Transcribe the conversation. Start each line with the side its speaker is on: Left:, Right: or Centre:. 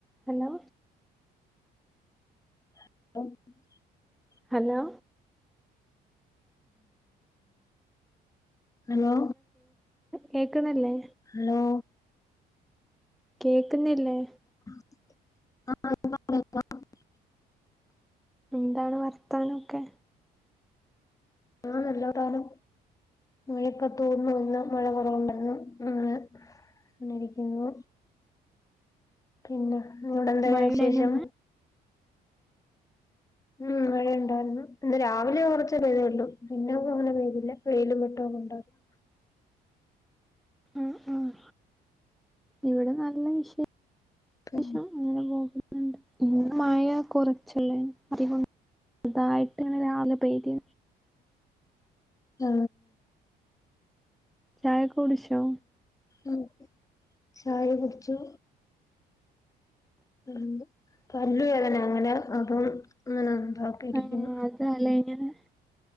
Centre: Hello
Left: <unintelligible>
Centre: hello
Left: hello
Centre: കേക്ക്ന്നില്ലേ
Left: hello
Centre: കേക്ക്ന്നില്ലേ
Left: ആ അ അ
Centre: എന്താണ് വർത്ത മാനമൊക്കെ
Left: ആഹ് <unintelligible> മഴയൊക്കെ തോർന്ന് വന്ന് മഴ കൊറവ്ണ്ടെര്ന്ന് അതെ വന്നിരിക്കുന്നു പിന്നെ ഇങ്ങോടെന്തേക്കേ
Centre: മഴണ്ടായിനന്ന്
Left: വിശേഷം ഉം മഴണ്ടോ ഇന്ന് രാവിലെ കുറച്ച് പെയ്തുള്ളൂ പിന്നെ അങ്ങനെ പെയ്തില്ല വെയിലും വെട്ടോ ഒക്കെ ഉണ്ടായിരുന്നു
Centre: <inaudible> ആഹ് ആഹ് ഇവിടെ നല്ല വി ശേഷം
Left: പിന്നെ
Centre: അങ്ങനെ പോകുന്നു ഉം മഴ കൊറച്ചല്ലേ അധികൊ ചെറ്തായിട്ടാണ് രാവിലെ പെയ്തി
Left: ആ
Centre: ചായ ഒക്കെ കുടിച്ചോ
Left: ആ ഒക്കെ ചായ കുടിച്ചോ പല്ല് പല്ലു വേദന അങ്ങനെ അപ്പം അങ്ങനെ എന്താക്കി ഇരിക്കുന്നു
Centre: ആ അതല്ലേ ഇങ്ങനെ